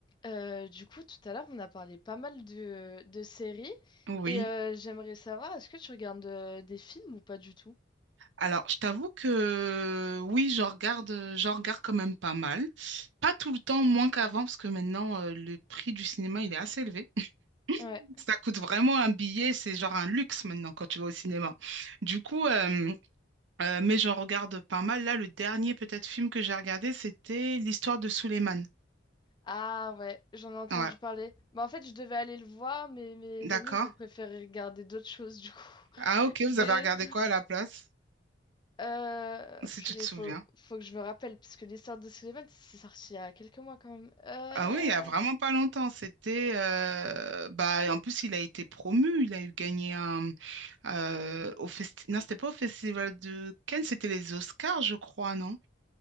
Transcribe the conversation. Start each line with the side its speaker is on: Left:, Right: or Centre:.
Left: Euh, du coup, tout à l'heure, on a parlé pas mal de, de séries
Right: Oui.
Left: et euh, j'aimerais savoir, est-ce que tu regardes euh, des films ou pas du tout?
Right: Alors, je t'avoue que oui, j'en regarde, euh, j'en regarde quand même pas mal. Pas tout le temps, moins qu'avant, parce que maintenant, euh, le prix du cinéma, il est assez élevé. <laughs>
Left: Ouais.
Right: Ça coûte vraiment un billet, c'est genre un luxe maintenant quand tu vas au cinéma. Du coup, euh, euh, mais j'en regarde pas mal. Là, le dernier peut-être film que j'ai regardé, c'était L'histoire de Souleymane.
Left: Ah ouais, j'en ai entendu
Right: Ouais,
Left: parler. Bah, en fait, je devais aller le voir, mais mes
Right: d'accord.
Left: amis, ils ont préféré regarder d'autres choses, du coup.
Right: Ah
Left: <laughs>
Right: ok,
Left: Des...
Right: vous avez regardé quoi à la place,
Left: Euh,
Right: si
Left: purée,
Right: tu te souviens?
Left: faut, faut que je me rappelle, parce que l'histoire de Sullivan, c'est sorti il y a quelques mois quand même. Euh,
Right: Ah oui, il y a vraiment pas longtemps, c'était euh, bah en plus il a été promu, il a eu gagné un euh, au festi- non, c'était pas au festival de Cannes, c'était les Oscars, je crois, non?